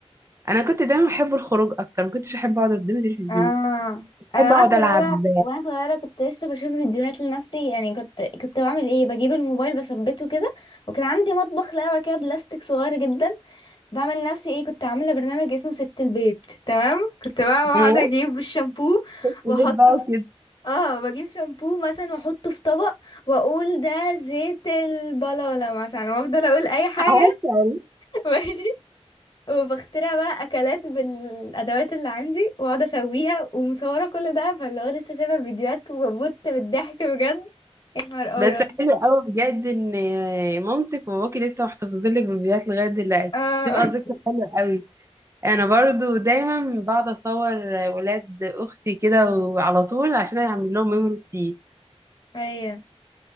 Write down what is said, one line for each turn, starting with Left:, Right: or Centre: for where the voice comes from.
Right: انا كنت دايما بحب الخروج اكتر ما كنتش احب اقعد قدام التلفزيون
Left: اه انا
Right: بحب اقعد
Left: وانا صغيره
Right: العب <laughs>
Left: وانا صغيره كنت لسه بشوف فيديوهات لنفسي يعني كنت كنت بعمل ايه بجيب الموبايل بثبته كده وكان عندي مطبخ لعبه كده بلاستيك صغير جدا بعمل لنفسي ايه كنت عامله برنامج اسمه ست البيت تمام كنت بقى بقعد
Right: آه،
Left: اجيب الشامبو
Right: في
Left: واحطه
Right: البيت بقى وكده
Left: في اه بجيب شامبو مثلا واحطه في طبق واقول ده زيت البلالة مثلا وافضل اقول اي حاجه
Right: عارفة
Left: <laughs> وبخترع بقى اكلات بالادوات اللي عندي واقعد اسويها ومصوره كل ده فاللي هو لسه شايفه فيديوهات وبت بالضحك بجد يا نهار
Right: بس
Left: ابيض
Right: حلو قوي بجد ان مامتك وباباكي لسه محتفظين لك بالفيديوهات لغايه دلوقتي
Left: اه
Right: بتبقى
Left: <laughs>
Right: ذكرى حلوه قوي انا برضو دايما بقعد اصور ولاد اختي كده وعلى طول عشان اعمل لهم ميموري كتير
Left: ايوه